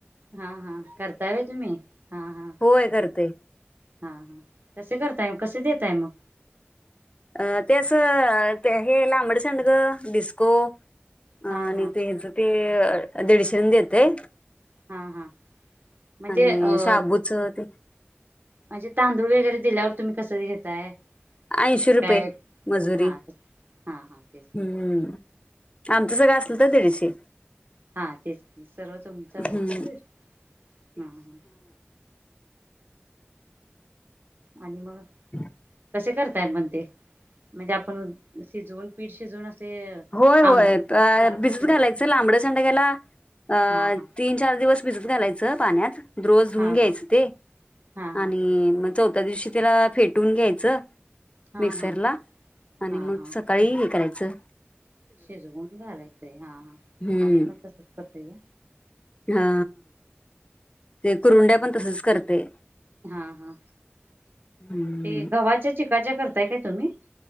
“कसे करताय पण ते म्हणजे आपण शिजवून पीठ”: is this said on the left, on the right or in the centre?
Right